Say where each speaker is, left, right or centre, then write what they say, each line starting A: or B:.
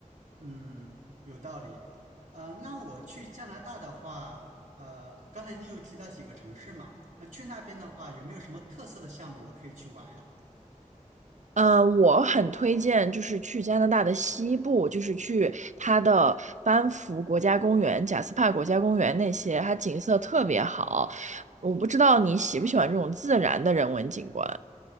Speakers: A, on the right; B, on the right.
A: 嗯，有道理。呃，那我去加拿大的话，呃，刚才你有提到几个城市嘛？那去那边的话，有没有什么特色的项目我可以去玩呀？
B: 嗯，我很推荐，就是去加拿大的西部，就是去它的班夫国家公园、贾斯帕国家公园那些，它景色特别好。我不知道你喜不喜欢这种自然的人文景观。